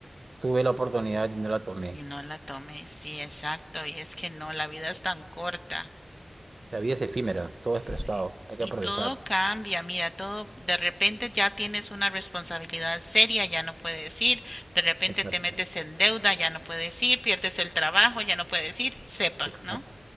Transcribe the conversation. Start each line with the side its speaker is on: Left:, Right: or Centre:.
Right: tuve la oportunidad y no la tomé.
Left: Y no la tomé, sí, exacto. Y es que no, la vida es tan corta.
Right: La vida es efímera, todo es
Left: Sí.
Right: prestado, hay
Left: Y
Right: que aprovechar.
Left: todo cambia, mira, todo, de repente ya tienes una responsabilidad seria, ya no puedes ir, de repente
Right: Exacto,
Left: te metes en deuda, ya no puedes ir, pierdes el trabajo, ya no puedes ir, sepa,
Right: exacto,
Left: ¿no?